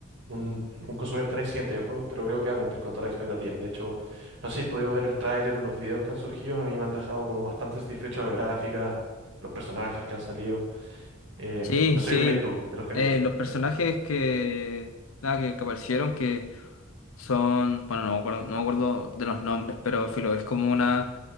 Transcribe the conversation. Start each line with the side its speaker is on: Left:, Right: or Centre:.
Right: un, un consumidor tan exigente de juegos, pero creo que va a cumplir con todas las expectativas. De hecho, no sé si he podido ver el tráiler o los videos que han surgido, a mí me han dejado como bastante satisfecho las gráficas, los personajes que han salido. Eh,
Left: Sí,
Right: no sé
Left: sí,
Right: qué opinas tú de los que
Left: eh,
Right: has visto.
Left: los personajes
Right: Sí.
Left: que, nada, que, que aparecieron, que son, bueno, no me acuerdo, no me acuerdo de los nombres, pero filo, es como una,